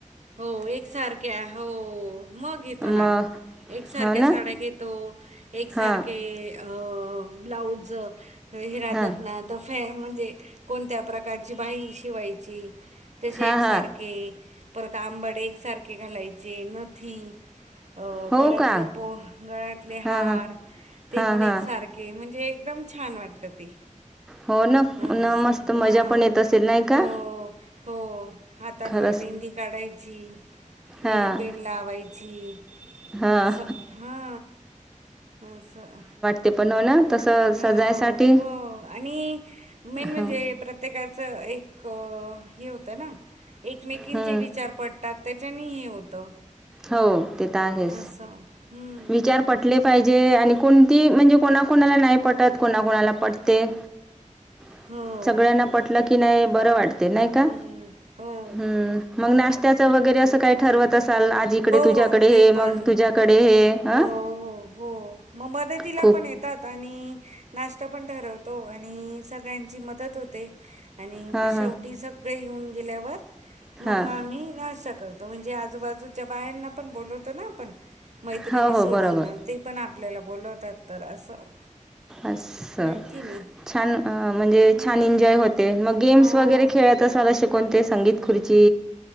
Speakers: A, on the right (about 60°); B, in the centre.
A: हो एकसारख्या हो मग घेतो
B: मग
A: ना. एकसारख्या
B: हो ना
A: साड्या घेतो. एकसारखे
B: हां
A: अं ब्लाऊज हे राहतात
B: हां
A: ना. कसं म्हणजे कोणत्या प्रकारची बाही शिवायची. तशे
B: हां
A: एकसारखे
B: हां
A: परत आंबाडे एकसारखे घालायचे नथी अ
B: हो
A: गळ्यातल्या
B: का
A: पोह गळ्यातले
B: हां
A: हार
B: हां
A: ते
B: हां
A: पण एक
B: हां
A: सारखे के म्हणजे एकदम छान वाटतं ते
B: हो
A: असं
B: ना मस्त
A: हां
B: मजा पण येत असेल नाही का?
A: हो हो हातांवर
B: खरंच
A: मेहंदी काढायची,
B: हां
A: नेलपेंट लावायची.
B: हां
A: असं हा असं
B: ते पण हो ना तसं
A: हो
B: सजायसाठी
A: हो आणि मेन म्हणजे
B: हो
A: प्रत्येकाचं एक हे होतं ना एकमेंकीचे
B: हं
A: विचार ताक त्याच्याने हे होतं.
B: हो ते तर आहेच
A: असं हम्म,
B: विचार पटले पाहिजे आणि कोणती म्हणजे कोणा कोणाला नाही पटत, कोणा कोणाला पटते. <unintelligible>
A: हो
B: सगळ्यांना पटलं की नाही बरं वाटते नाही
A: हम्म,
B: का?
A: हो हो
B: हं मग नाही. त्याचं वगैरे असं काही, ठरवत असाल, आज इकडे, तुझ्याकडे
A: हो ते
B: हे, मंग
A: पण
B: तुझ्याकडे हे.
A: हो
B: अ
A: हो हो, म मदतीला
B: खूप
A: पण येतात? आणि नाश्ता पण ठरवतो, आणि सगळ्यांची मदत होते. आणि म
B: हां
A: शेवटी
B: हां
A: सगळे येऊन गेल्यावर, मंग
B: हां
A: आम्ही नाश्ता कर तो, म्हणजे आजूबाजूच्या बायांना पण, बोलवतो ना, आपण. मैत्रिणी
B: हो
A: सोडून,
B: हो बरोबर
A: ण ते पण आपल्याला, बोलवतात तर असं.
B: अस्स,
A: आहे की नाही
B: छान अ म्हणजे,
A: हम्म.
B: छान एन्जॉय होत ते मग गेम्स
A: हो
B: वगैरे खेळत असाल, अशे कोणते संगीत खुर्ची?